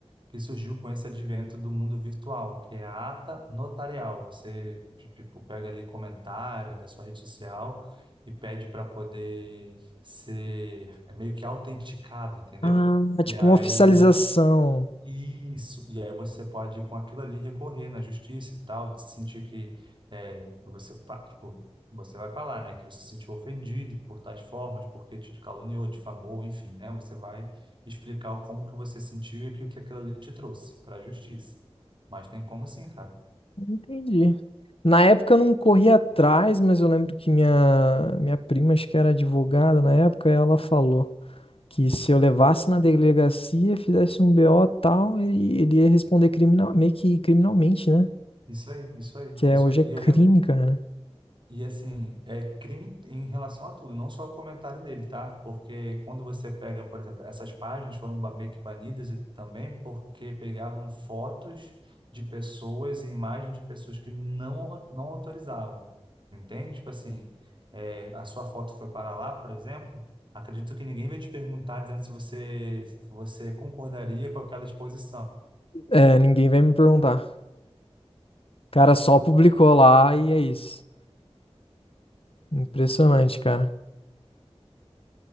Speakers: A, on the right (about 50°); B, on the left (about 60°).
A: que surgiu com esse advento do mundo virtual, que é a ata notarial. Você, tipo, pega ali comentário da sua rede social e pede para poder ser é meio que autenticado, entendeu?
B: Ah, é tipo
A: E aí
B: uma oficialização.
A: isso, e aí você pode, com aquilo ali, recorrer na justiça e tal, de sentir que, é, que você, fa- tipo, você vai falar, né, que você se sentiu ofendido por tais formas, porque te caluniou, difamou, enfim, né, você vai explicar o como que você sentiu e o que aquilo ali te trouxe para a justiça. Mas tem como sim, cara.
B: Entendi. Na época eu não corri atrás, mas eu lembro que minha, minha prima, acho que era advogada na época, ela falou. que se eu levasse na delegacia, fizesse um BO tal, ele, ele ia responder criminal, meio que criminalmente, né?
A: Isso aí, isso aí,
B: Que é,
A: isso
B: hoje
A: aí.
B: é
A: E
B: crime,
A: eu lembro
B: cara.
A: E assim, é crime em relação a tudo, não só o comentário dele, tá? Porque quando você pega, por exemplo, essas páginas foram ba- meio que banidas e também porque pegavam fotos de pessoas e imagens de pessoas que não, não autorizavam, entende? Tipo assim, é, a sua foto foi para lá, por exemplo, acredito que ninguém vai te perguntar dizendo se você, se você concordaria com aquela exposição,
B: É, ninguém vai me perguntar. O cara só publicou lá e é isso. Impressionante, cara.